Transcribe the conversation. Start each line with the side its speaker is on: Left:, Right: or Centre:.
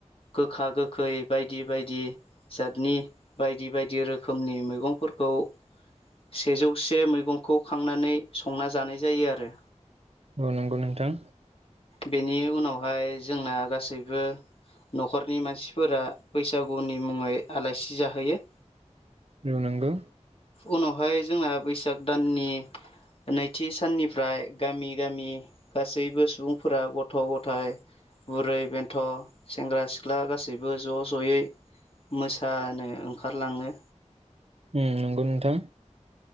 Left: गोखा गोखै बायदि बायदि । जादनि बायदि बायदि रोखोमनि मैगंफोरखौ सेजौसे मैगंखौ खांनानै संना जानाय जायो आरो।
Right: औ नंगौ नोंथां।
Left: बेनि उनावहाय जोंना गासैबो न'खरनि मानसिफोरा बैसागुनि मुङै आलासि जाहोयो।
Right: औ नांगौ।
Left: उनावहाय जोंना बैसाग दाननि नैथि साननिफ्राय गामि गामि गासैबो सुबुंफोरा गथ' थ' गथाय बुरै बेन्थ' सेंग्रा सिख्ला गासैबो ज' ज'यै मोसानो ओंखारलाङो।
Right: उम नंगौ नोंथां।